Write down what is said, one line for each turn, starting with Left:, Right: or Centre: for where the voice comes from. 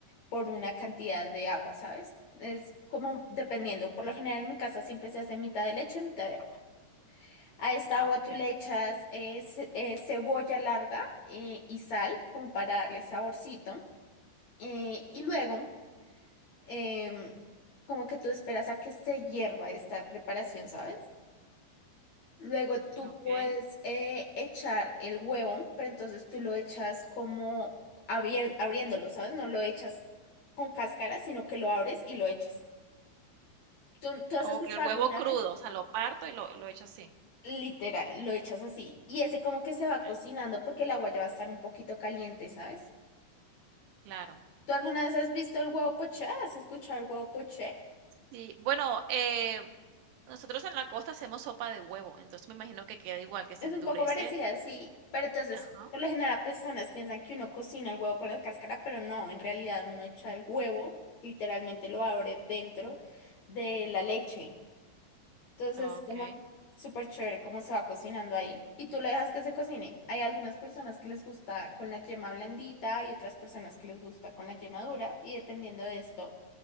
Left: por una cantidad de agua, ¿sabes? Es como dependiendo. Por lo general en mi casa siempre se hace mitad de leche, mitad de agua. A esta
Right: Ah,
Left: agua
Right: okey,
Left: tú le echas eh, ce- eh, cebolla larga eh, y sal como para darle saborcito. Eh, y luego, em, como que tú esperas a que se hierva esta preparación, ¿sabes? Luego tú
Right: okey.
Left: puedes eh, echar el huevo, pero entonces tú lo echas como abier- abriéndolo, ¿sabes? No lo echas con cáscara, sino que lo abres y lo echas. ¿Tú, tú has
Right: O
Left: escuchado
Right: que el huevo
Left: alguna
Right: crudo,
Left: vez?
Right: o sea, lo parto y lo lo echo así.
Left: Literal, lo echas así. Y ese como que se va
Right: Okey.
Left: cocinando porque el agua ya va a estar un poquito caliente, ¿sabes?
Right: Claro.
Left: ¿Tú alguna vez has visto el huevo poché? ¿Has escuchado el huevo poché?
Right: Sí, bueno, eh, nosotros en la costa hacemos sopa de huevo, entonces me imagino que queda igual, que se
Left: Es
Right: endurece
Left: un poco parecida, sí, pero entonces,
Right: ajá,
Left: por lo general, personas piensan que uno cocina el huevo con la cáscara, pero no, en realidad uno echa el huevo, literalmente lo abre dentro de la leche. Entonces,
Right: okey.
Left: como súper chévere cómo se va cocinando ahí. Y tú lo dejas que se cocine. Hay algunas personas que les gusta con la yema blandita y otras personas que les gusta con la yema dura, y dependiendo de esto,